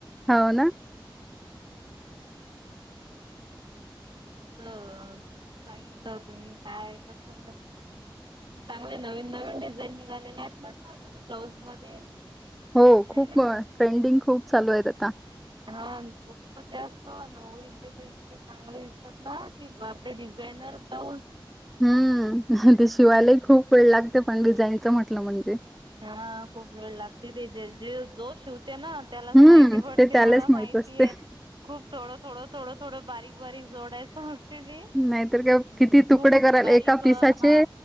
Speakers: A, in the centre; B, on the right.
A: हो ना
B: आपल सांगितल होत मी काय करतो म चांगले नवीन नवीन डिझाईन निघालेले आहेत म्हटल तस ब्लाउज मध्ये
A: हो
B: नाही
A: खूप
B: ना
A: ट्रेंडिंग खूप चालू आहेत आता
B: हा खूपप जास्त नवरिचे तर इतके चांगले दिसतात ना कि बापरे ट्रेनर ब्लाऊज
A: हम्म् ते शिवायलाही खूप वेळ लागतो पण डिझाईनच म्हटल म्हणजे
B: हा खूप वेळ लागते ते जे जो शिव तेना त्यालाच
A: हम्म
B: माहिती पडते
A: ते त्यालाच
B: मला माहितीय
A: माहित असते
B: खूप थोड थोड थोड थोड बारीक बारीक जोडायच असते ते हम्म्
A: नाहीतर काय किती तुकडे
B: खूप
A: कराल
B: बारीक
A: एका पिसाचे
B: हा